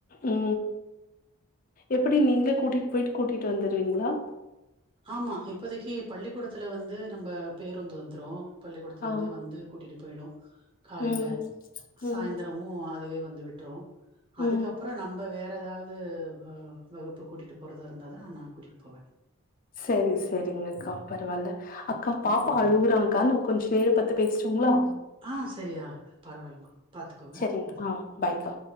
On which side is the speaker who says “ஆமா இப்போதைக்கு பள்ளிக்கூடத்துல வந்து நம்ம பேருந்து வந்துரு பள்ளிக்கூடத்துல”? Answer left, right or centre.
Right